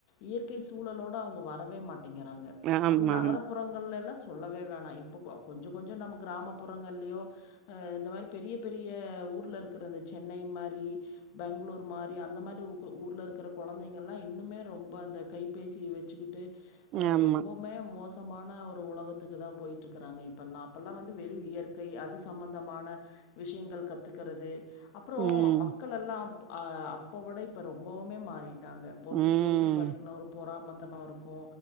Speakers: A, on the left; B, on the right.
A: இயற்கை சூழலோடு அவுங்க வரவே மாட் டிங்கிறாங்க
B: ஆமாமா.
A: அதும் நகரபுறங்கள் எல்லா சொல்லவே வேணா இப்போ கொ கொஞ்சோ கொஞ்சோ நம்ம கிராமப்புறங்கள்லியோ அ இந்த மாரி பெரிய பெரிய ஊர்ல இருக்குற அந்த சென்னை மாரி பெங்ளூர் மார் அந்த மாரி ஊகு ஊர்ல இருக்கிற கொழந்தைங்கெள்லா இன்னுமே ரொம்பா அந்த கைபேசி வச்சுகிட்டு அ
B: ஆமா.
A: ரொம்பொவ்மே மோஸ் சமான ஒரு உலகத்துக்குதா போய்ட்ரிக்குறாங்க இப்பல்லா அப்பல்லா வந்து வெறு இயற்கை அது சம்பந்தமான விஷியங்கள் கத்துக்கறது அப்புறோ
B: ம்.
A: மக்கள் எல்லா அ அப்போ விட இப்ப ரொம்பவுமே மாறி தாங்க ஒருத்தருக்
B: ம்
A: ஒருத்தரு பாத்தீங்ன்னா ஒரு பொறாமத்தனோ இருக்கு